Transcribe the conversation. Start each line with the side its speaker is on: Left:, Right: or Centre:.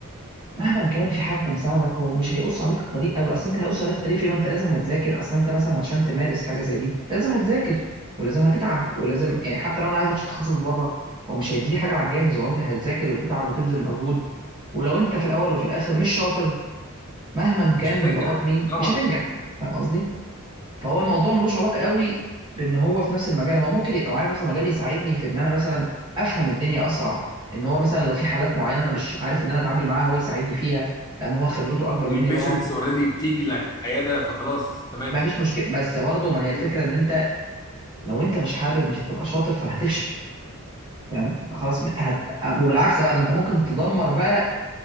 Right: مهما كان في حد مساعدك هو مش هيقص عليك الطريق قوي اصل انت هيقص عليك الطريق في إيه؟ ما انت لازم هتذاكر اصل انت مثلا عشان تمارس حاجه زي دي انت لازم هتذاكر ولازم هتتعب ولازم يعني حتى لو انا عايز اخش تخصص بابا هو مش هيديني حاجه على الجاهز هو انت هتذاكر وتتعب وتبذل مجهود ولو انت في الاول وفي الاخر مش شاطر مهما
Left: مش
Right: كان
Left: هتنجح
Right: باباك مين
Left: طبعا
Right: مش هتنجح فاهم قصدي فهو الموضوع ملوش علاقه قوي بان هو في نفس المجال هو ممكن يبقى معايا في نفس المجال يساعدني في ان انا مثلا افهم الدنيا اسرع ان هو مثلا لو في حالات معينه انا مش عارف ان انا اتعامل معاها هو يساعدني فيها لان هو خبرته اكبر
Left: والبيشنتس
Right: مني طبعا
Left: اوريدي بتيجي العياده فخلاص تمام
Right: ما فيش مشكله بس برضه ما هي الفكره
Left: مم.
Right: ان انت لو انت مش حابب مش هتبقى شاطر فهتفشل فاهم خلاص هت... وبالعكس بقى ده انت ممكن تدمر بقى